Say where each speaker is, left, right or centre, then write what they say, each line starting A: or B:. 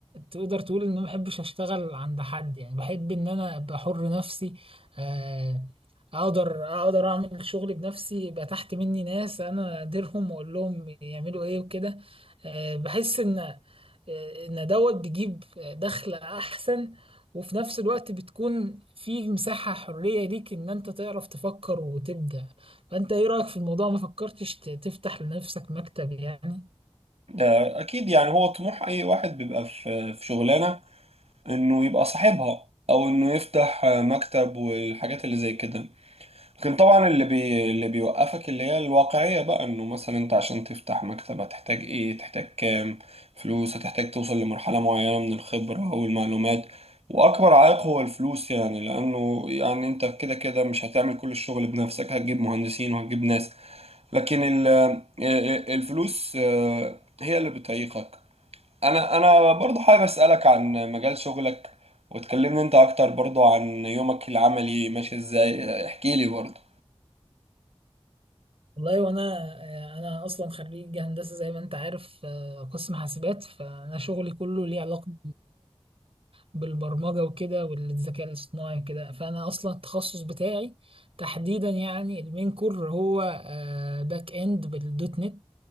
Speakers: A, on the right (about 65°); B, on the right (about 80°).
A: تقدر تقول ان ما بحبش اشتغل عند حد يعني بحب ان انا ابقى حر نفسي آه، اقدر اقدر اعمل شغلي بنفسي يبقى تحت مني ناس انا اديرهم واقول لهم يعملوا ايه وكده آه، بحس ان آه، ان دوت بيجيب دخل احسن وفي نفس الوقت بتكون في مساحة حرية ليك ان انت تعرف تفكر وتبدع فانت ايه رأيك في الموضوع ما فكرتش ت- تفتح لنفسك مكتب يعني
B: ده اكيد يعني هو طموح اي واحد بيبقى في في شغلانه انه يبقى صاحبها او انه يفتح أه، مكتب والحاجات اللي زي كده لكن طبعا اللي بي... اللي بيوقفك اللي هي الواقعية بقى انه مثلا انت عشان تفتح مكتب هتحتاج ايه تحتاج كام فلوس هتحتاج توصل لمرحلة معينة من الخبرة او المعلومات واكبر عائق هو الفلوس يعني لانه يعني انت كده كده مش هتعمل كل الشغل بنفسك هتجيب مهندسين وهتجيب ناس لكن ال... ال- الفلوس آه، هي اللي بتعيقك انا انا برضو حابب اسألك عن مجال شغلك وتكلمني انت اكتر برضو عن يومك العملي ماشي ازاي احكي لي برضو
A: والله وانا آه، انا اصلا خريج هندسة زي ما انت عارف آه، قسم حاسبات فانا شغلي كله ليه علاقة بالبرمجة وكده والذكاء الاصطناعي وكده فأنا أصلا التخصص بتاعي تحديدا يعني المين كور هو آه، باك إند بالدوت نت